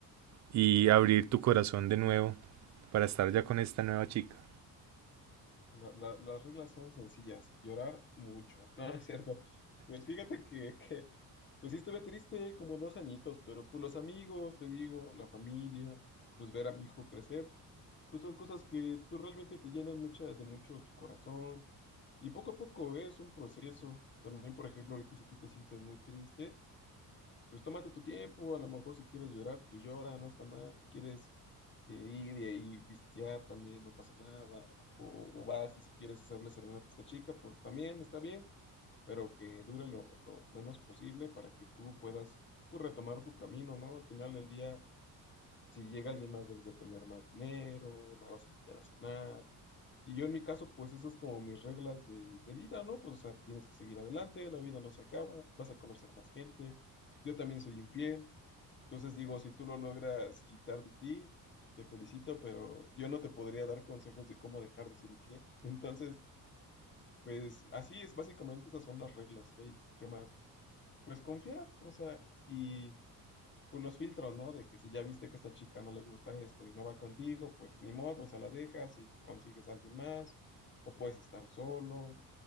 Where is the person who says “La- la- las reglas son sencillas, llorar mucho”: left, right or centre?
Left